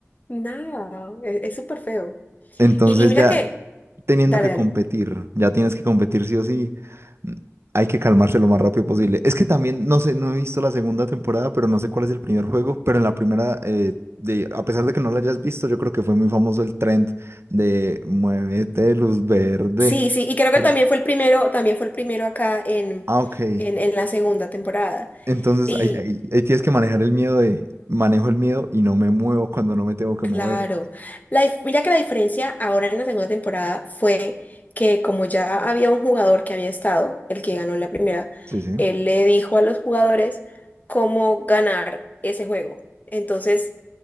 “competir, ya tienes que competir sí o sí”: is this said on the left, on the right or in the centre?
Right